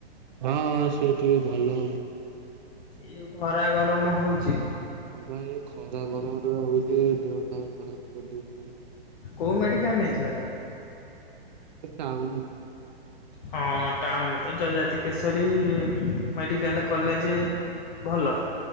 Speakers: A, on the right; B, on the left.
A: ହଁ ସେ ଟିକେ ଭଲ।
B: ଇଏ ଖରା ଗରମ ହଉଚି।
A: ହଁ ପା ଏ ଖରା ଗରମ ଯ ହଉଚି ଦେହ ପା ଖରାପ କରିଦଉଚି।
B: କଉ ମେଡିକାଲ ନେଇଥିଲା ତାକୁ?
A: ଟାଉନୁ।
B: ହଁ ଟାଉନ୍ ରେ ତ ଜଜାତି କେଶରୀ ମେଡିକାଲ୍ କଲେଜେ ଭଲ।